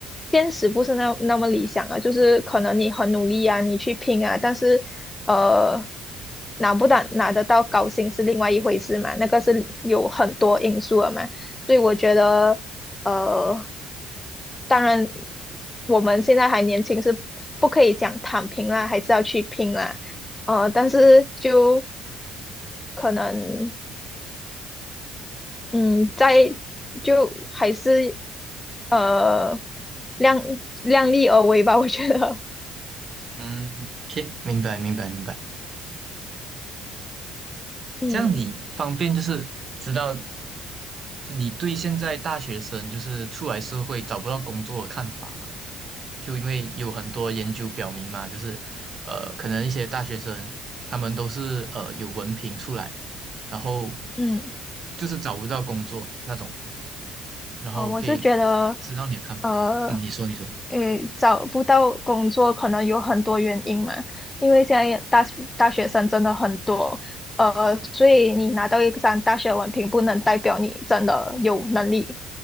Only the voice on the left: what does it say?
现实不是那那么理想啊，就是可能你很努力啊，你去拼啊，但是呃拿不到拿得到高薪是另外一回事嘛，那个是有很多因素的嘛。所以我觉得呃，当然我们现在还年轻，是不可以讲躺平啦，还是要去拼啦。呃，但是就可能。嗯，在就还是呃量量力而为吧，我觉得，
嗯
嗯
哦，我是觉得，呃，
诶，找不到工作可能有很多原因嘛，因为现在大学大学生真的很多，呃，所以你拿到一张大学文凭不能代表你真的有能力，